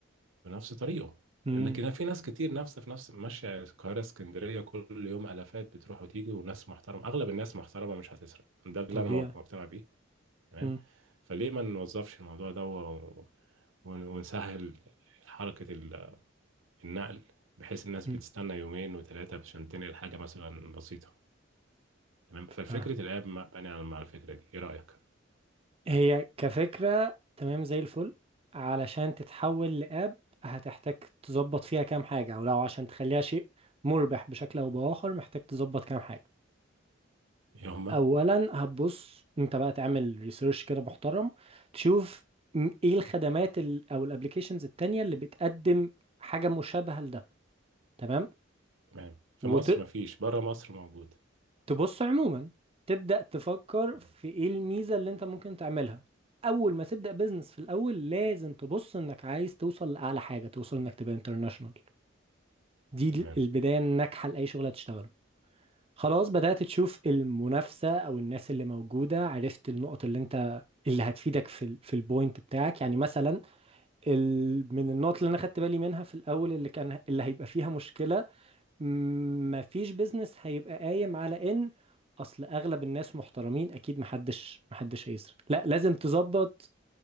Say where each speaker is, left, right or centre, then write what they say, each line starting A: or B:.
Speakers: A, on the right (about 80°); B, on the right (about 30°).
A: بنفس طريقه
B: امم
A: لكن في ناس كتير نفسها في نفس ماشية القاهرة اسكندرية كل يوم آلافات بتروح وتيجي وناس محترمة أغلب الناس محترمة مش هتسرق ده اللي
B: طبيعي
A: أنا مقتنع بيه تمام
B: امم
A: فليه ما نوظفش الموضوع ده و... ون- ونسهل حركة ال- النقل بحيث الناس بتستنى
B: امم
A: يومين وثلاثة عشان تنقل حاجة مثلا بسيطة تمام فالفكرة
B: آه.
A: الآب بني على مع الفكرة دي إيه رأيك؟
B: هي كفكرة تمام زي الفل علشان تتحول لأب هتحتاج تظبط فيها كام حاجة أو لو عشان تخليها شيء مربح بشكل أو بآخر محتاج تظبط كام حاجة
A: يا هما
B: أولا هتبص أنت بقى تعمل ريسيرش كده محترم تشوف م- إيه الخدمات ال- أو الأبليكيشنز التانية اللي بتقدم حاجة مشابهة لده تمام
A: تمام في
B: وت...
A: مصر مفيش بره مصر موجود
B: تبص عموما تبدأ تفكر
A: مم.
B: في ايه الميزة اللي انت ممكن تعملها اول ما تبدأ بزنس في الاول لازم تبص انك عايز توصل لاعلى حاجة توصل انك تبقى انترناشونال دي
A: تمام
B: ال- البداية الناجحة لأي شغل هتشتغله خلاص بدأت تشوف المنافسة او الناس اللي موجودة عرفت النقط اللي انت اللي هتفيدك في ال في البوينت بتاعك يعني مثلا ال من النقط اللي انا خدت بالي منها في الاول اللي كان اللي هيبقى فيها مشكلة مفيش بيزنس هيبقى قايم على ان اصل اغلب الناس محترمين اكيد محدش محدش هيسرق لا لازم تظبط